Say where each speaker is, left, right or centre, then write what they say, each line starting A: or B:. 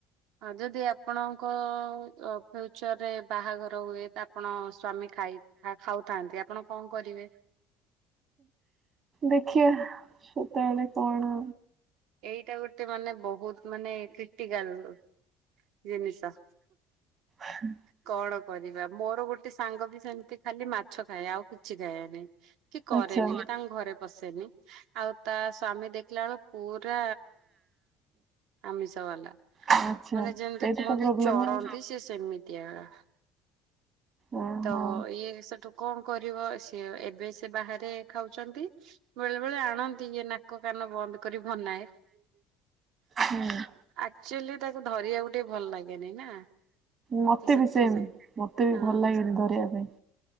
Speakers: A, on the right; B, on the right.
A: ହଁ ଯଦି ଆପଣଙ୍କ ଫ୍ୟୁଚରେ ବାହାଘର ହୁଏ ତ ଆପଣ ସ୍ଵାମୀ ଖାଇ ତା ଖାଉଥାନ୍ତି ଆପଣ କଣ କରିବେ?
B: ଦେଖିବା ସେତେବେଳେ କଅଣ
A: ଏଇଟା ଗୋଟେ ମାନେ ବହୁତ ମାନେ କ୍ରିଟିକାଲ ଜିନିଷ।
B: ହୁଁ।
A: କଣ କରିବା, ମୋର ଗୋଟେ ସାଙ୍ଗ ବି ସେମିତି ଖାଲି ମାଛ ଖାଏ ଆଉ କିଛି ଖାଏନାଇଁ। କି କରେନି
B: ଆଚ୍ଛା।
A: ବି ତାଙ୍କ ଘରେ ପସେନି ଆଉ ତା ସ୍ଵାମୀ ଦେଖିଲା ବେଳୁ ପୁରା ଆମିଷ ବାଲା।
B: ଆଚ୍ଛା
A: ମାନେ ଯେମିତି
B: ସେଇଟା
A: କୁହନ୍ତି
B: ତ ପ୍ରୋବ୍ଲମ୍
A: ଚରନ୍ତି
B: ଆଉ।
A: ସେ ସେମିତିଆ।
B: ଓହୋ।
A: ତ ଇଏ ସେଠୁ କଣ କରିବ ସେ ଏବେ ସେ ବାହାରେ ଖାଉଛନ୍ତି। ବେଳେ ବେଳେ ଆଣନ୍ତି ଇଏ ନାକ କାନ ବନ୍ଦ କରି ବନାଏ।
B: ହୁଁ।
A: ଆକ୍ଚୁଆଲି ତାକୁ ଧରିବାକୁ ଟିକେ ଭଲ ଲାଗେନି ନା?
B: ମତେ
A: ତ ସେଥିଲାଗି।
B: ବି ସେମ ମତେ ବି
A: ହଁ
B: ଭଲ ଲାଗେନି ଧରିବା ପାଇଁ।